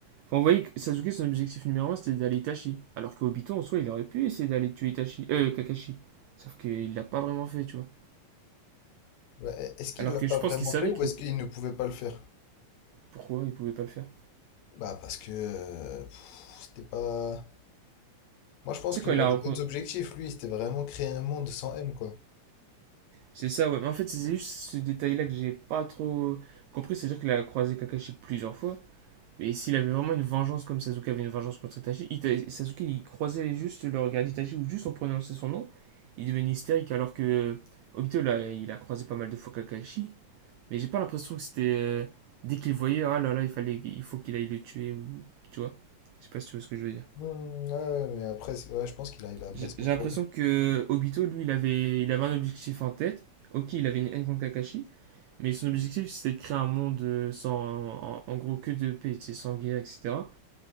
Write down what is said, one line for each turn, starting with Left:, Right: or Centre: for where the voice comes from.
Right: Enfin, vous voyez, que Sasuke, son objectif numéro un, c'était d'aller Itachi. Alors que Obito en soi, il aurait pu essayer d'aller tuer Itachi. Euh, Kakashi. Sauf qu'il l'a pas vraiment fait, tu vois.
Left: Ouais, e- est-ce qu'il
Right: Alors
Left: l'a
Right: que
Left: pas
Right: je
Left: vraiment
Right: pense qu'il savait
Left: fait ou
Right: que.
Left: est-ce qu'il ne pouvait pas le faire?
Right: Pourquoi il pouvait pas le faire
Left: Bah parce que euh, pff, c'était pas. Moi je pense
Right: Tu
Left: qu'il
Right: sais, quand il
Left: avait
Right: a, rencon-
Left: d'autres objectifs, lui, c'était vraiment créer un monde sans haine, quoi.
Right: C'est ça, ouais. Mais en fait, c'est juste ce détail-là que j'ai pas trop compris. C'est-à-dire qu'il a croisé Kakashi plusieurs fois. Et s'il avait vraiment une vengeance comme Sasuke avait une vengeance contre Itachi, Ita- Sasuke il croisait juste le regard d'Itachi ou juste en prononçant son nom, il devenait hystérique alors que euh, Obito là, il a croisé pas mal de fois Kakashi, mais j'ai pas l'impression que c'était euh, dès qu'il voyait ah là là il fallait il faut qu'il aille le tuer ou tu vois. Je sais pas si tu vois ce que je veux dire.
Left: Hmm, ouais, ouais, mais après, c'est- ouais, je pense qu'il arrive à
Right: J'ai
Left: bien se contrôler.
Right: j'ai l'impression que Obito lui il avait il avait un objectif en tête. Ok, il avait une haine contre Kakashi, Mais son objectif, c'était de créer un monde euh, sans, en, en gros, que de paix, tu sais, sans guerre, etc.